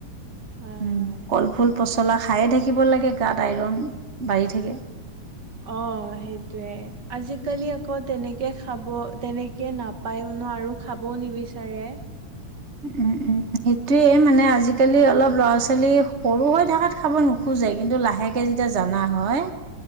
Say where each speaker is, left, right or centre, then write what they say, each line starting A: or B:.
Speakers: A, on the right; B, on the right.
A: হয়
B: উম
A: হয়
B: কলফুল, পচলা। খায়ে থাকিব লাগে গাত আইৰণ - বাঢ়ি থাকে।
A: অ সেইটোৱে আজিকালি আকৌ তেনেকে। খাব তেনেকে নাপায়নো আৰু খাবও নিবিচাৰে,
B: উম', - উম ', সেই সেইটোৱে মানে আজিকালি অলপ, ল'ৰা-ছোৱালী সৰু হৈ থাকাত খাব নোখোজে কিন্তু লাহেকে যেতিয়া জানা হয়